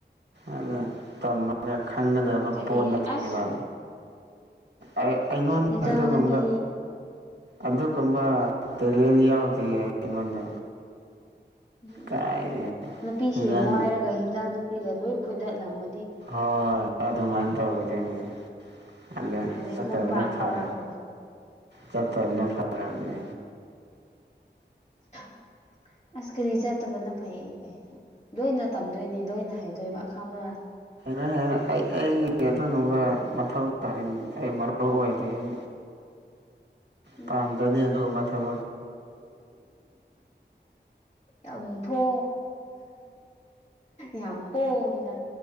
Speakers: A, on the right (about 65°); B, on the left (about 35°).
A: ꯑꯗꯨ ꯇꯝꯃꯒ ꯈꯪꯒꯗꯕ
B: ꯀꯔꯤ
A: ꯄꯣꯠꯅ ꯄꯕ
B: ꯑꯁ
A: ꯑꯩꯉꯣꯟꯗ
B: ꯍꯦꯟꯖꯥꯡ
A: ꯑꯗꯨꯒꯨꯝꯕ
B: ꯅꯥꯄꯤ
A: ꯑꯗꯨꯒꯨꯝꯕ ꯇꯦꯂꯅ ꯌꯥꯎꯗꯦ ꯑꯩꯉꯣꯟꯗ
B: ꯎꯝ
A: ꯀꯥꯏꯗꯩ
B: ꯅꯨꯄꯤ
A: ꯏꯟꯖꯥꯡ
B: ꯁꯦꯡꯉꯣ ꯍꯥꯏꯔꯒ ꯍꯟꯖꯥꯡ ꯅꯨꯄꯤꯗ ꯂꯣꯏ ꯈꯣꯏꯗꯠꯂꯝꯃ
A: ꯍꯣꯏ ꯑꯗꯨꯃꯥꯏꯅ ꯇꯧꯈꯤꯗꯣꯏꯅꯦ ꯑꯗꯨꯗ
B: ꯑꯗꯩ
A: ꯆꯠꯇꯕꯨꯅ
B: ꯈꯣꯡꯄꯥꯛ
A: ꯐꯔ
B: ꯀꯥꯎꯔꯛꯀꯅꯤ
A: ꯆꯠꯇꯕꯨꯅ ꯐꯥꯔꯣꯅꯤ
B: <inaudible> ꯑꯁ ꯀꯔꯤ ꯆꯠꯇꯕꯅ ꯐꯩ ꯀꯩ ꯂꯣꯏꯅ ꯇꯝꯗꯣꯏꯅꯤ ꯂꯣꯏꯅ ꯍꯥꯏꯩꯗꯣꯏꯕ ꯑꯈꯥꯡꯕꯣꯔꯥ
A: ꯍꯦꯟꯅ ꯍꯦꯟꯅ ꯑꯩ ꯑꯩꯒꯤ ꯑꯗꯨꯒꯨꯝꯕ ꯃꯊꯧ ꯇꯥ ꯑꯩ ꯃꯔꯨ ꯑꯣꯏꯗꯦ ꯍꯧ
B: <inaudible> ꯎꯝ
A: ꯄꯥꯝꯖꯅꯤ ꯑꯗꯨꯒꯕ ꯊꯕ
B: ꯌꯥꯝ ꯄ ꯌꯥꯝ ꯄꯣꯡꯉꯤꯗ